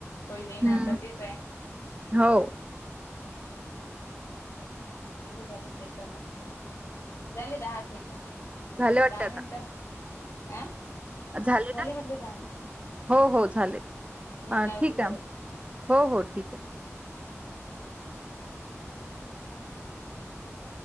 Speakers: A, on the left; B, on the right.
A: कोई नाही ना
B: हम्म
A: आता तेच आहे.
B: हो.
A: किती झाले सेकंड आपडले? झाले दहा सेकंड,
B: झाले वाटत
A: दहा
B: आता
A: मिनिटं, अं?
B: आ
A: झाले
B: ना?
A: म्हटलं दहा मिनट. हम्म,
B: हो हो झाले
A: मी लावती
B: ठीक
A: परत.
B: आहे हो हो ठीक आहे.
A: <inaudible>